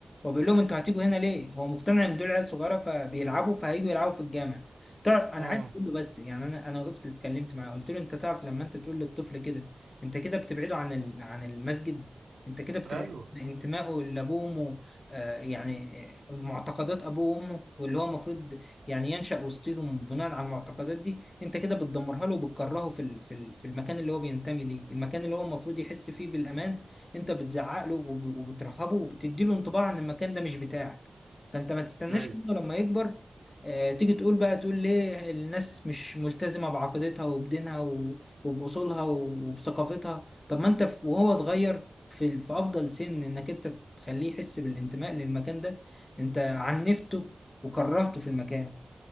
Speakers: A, on the left (about 45°); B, on the right (about 85°).
A: هو بيقول لهم انتوا هتيجوا هنا ليه هو مقتنع ان دول عيال صغيره فبيلعبوا فهيجوا يلعبوا في الجامع تعرف انا
B: امم
A: عايز اقول له بس يعني انا انا وقفت اتكلمت معاه قلت له انت تعرف لما انت تقول للطفل كده انت كده بتبعده عن ال- عن المسجد انت كده بتبعد
B: ايوه
A: عن انتمائه لابوه وامه آه، يعني آه، معتقدات ابوه وامه واللي هو المفروض يعني ينشأ وسطهم بناء على المعتقدات دي انت كده بتدمرها له وبتكرهه في ال- في ال- في المكان اللي هو بينتمي ليه المكان اللي هو المفروض يحس فيه بالأمان انت بتزعق له وب- وبترهبه وبتدي له انطباع ان المكان ده مش بتاعك فانت ما تستناش
B: ايوه
A: منه لما يكبر آه، تيجي تقول بقى تقول ليه الناس مش ملتزمة بعقيدتها وبدينها و- وبأصولها وبثقافتها طب ما انت في- وهو صغير في في افضل سن انك انت تخليه يحس بالانتماء للمكان ده انت عنفته وكرهته في المكان